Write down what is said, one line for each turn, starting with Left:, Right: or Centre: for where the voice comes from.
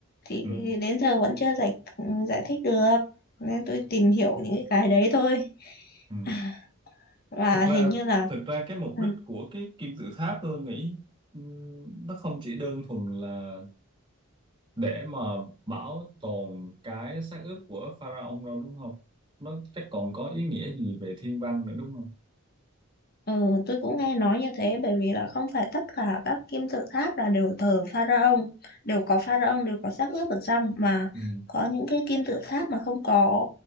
Left: thì,
Right: ừ
Left: thì đến giờ vẫn chưa giải giải thích được nên tôi tìm hiểu những cái đấy thôi
Right: ừ
Left: <laughs> và
Right: thực ra
Left: hình như là
Right: thực ra cái mục
Left: ừ,
Right: đích của cái kim tự tháp tôi nghĩ ừm, nó không chỉ đơn thuần là để mà bảo tồn cái xác ướp của pharaoh đâu đúng không nó chắc còn có ý nghĩa gì về thiên văn nữa đúng không
Left: Ừ, tôi cũng nghe nói như thế bởi vì là không phải tất cả các kim tự tháp là đều thờ pharaoh đều có pharaoh đều có xác ướp ở trong mà
Right: ừ
Left: có những cái kim tự tháp mà không có